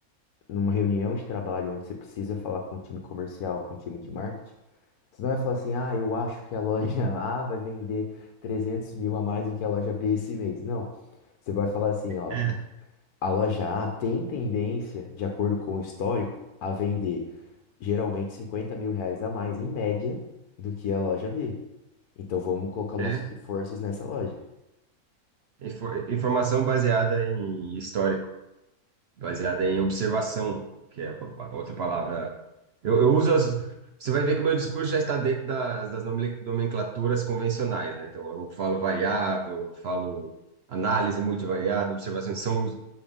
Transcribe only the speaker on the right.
É,
É,
infor- informação baseada em história. baseada em observação, que é a outra palavra. Eu, eu uso as. Você vai ver que o meu discurso já está dentro das, das nomele- nomenclaturas convencionais, né? Então, eu falo variável, eu falo análise multivariada, observações, são os,